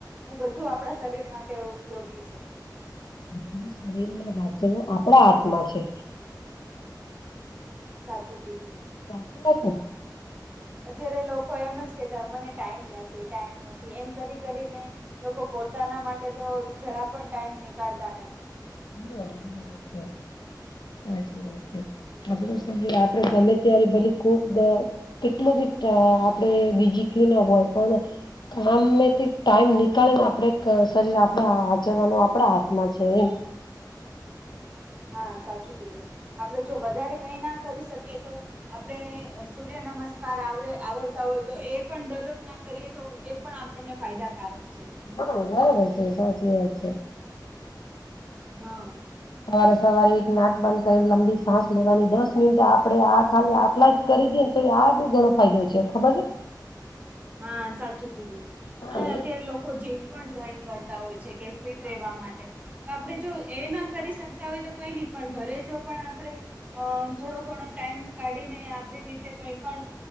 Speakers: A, on the right; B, on the left.
A: એ બધું આપડા શરીર માટે ઉપયોગી છે.
B: આપણા શરીરના સાચવવું આપણા હાથમાં છે.
A: સાચું કીધું.
B: સાચી વાત ને.
A: અત્યારે લોકો એમ જ કહેતા મને ટાઈમ નથી ટાઈમ નથી એમ કરી કરીને. લોકો પોતાના માટે તો જરા પણ ટાઈમ નિકાળતા નથી.
B: હા બરાબર, સાચી વાત છે.
A: હમ.
B: આપડુ શરીર આપડે ગમે ત્યારે ભલી ખુબ <unintelligible> કેટલો બી આપણેે બીજી <unintelligible> હોય. કામમાથી ટાઈમ નીકાળીને આપણે શરીર આપણે હાચવવાનું આપડા હાથમાં છે એમ.
A: હા, સાચું કીધું. આપડે જો વધારે કાંઈ ના કરી શકીએ તો. આપણે સૂર્ય નમસ્કાર આવડે આવડતા હોય તો એ પણ દરરોજ ના કરીએ તો એ પણ આપણને ફાયદાકારક છે.
B: હા બરાબર છે, સાચી વાત છે.
A: હા.
B: સવારે -સવારે એક નાક બંધ કરીને લંબી સાસ લેવાની, દસ મિનિટ આપડે આ ખાલી આટલા જ કરી દીયે તો આ બી ઘણો ફાયદો છે ખબર છે.
A: હા, સાચું કીધું.
B: હા
A: અને
B: એ
A: અત્યારે લોકો તો જીમ પણ જોઈન કરતા હોય છે કે ફિટ રહેવા માટે. તો આપડે જો એ ના કરી શ સકતા હોય તો કંઈ નહીં પણ, ઘરે જો પણ આપણે અ થોડો ઘણો ટાઈમ કાઢી નેઈ આપડી રીતે કઈ પણ